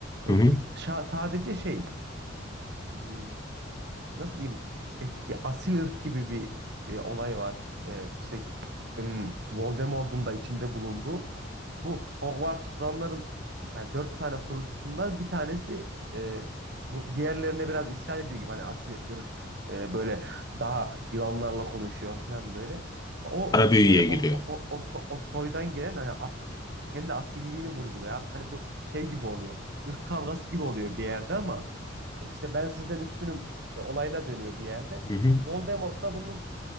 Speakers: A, on the right; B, on the left.
A: E,
B: Hı hı.
A: şa- sadece şey hmm, nasıl diyeyim e, bir asil ırk gibi bir e, olay var. E, işte ım, Voldemort'un da içinde bulunduğu bu Hogwarts kuranların yani dört tane kurucusundan bir tanesi e, bu diğerlerine biraz isyan ediyor gibi hani asil ırk e, böyle daha yılanlarla konuşuyor falan böyle. O
B: Ara büyüye
A: şey o
B: giriyor.
A: o, o, o so- o soydan gelen hani a- kendi asilliğini vurguluyor. Artık hani bu şey gibi oluyor. ırk kavgası gibi oluyor bir yerde ama e, İşte ben sizden üstünüm e, olayına dönüyor bir yerde.
B: Hı hı.
A: Voldemort da bunun